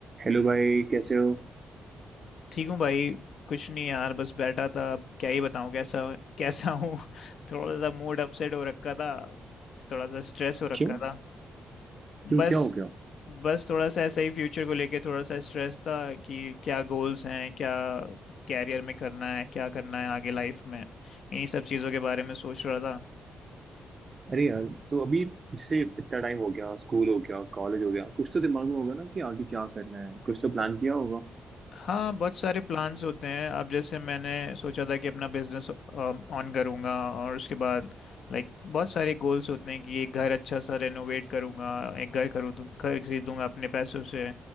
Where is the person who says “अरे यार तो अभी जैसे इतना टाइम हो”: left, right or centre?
Right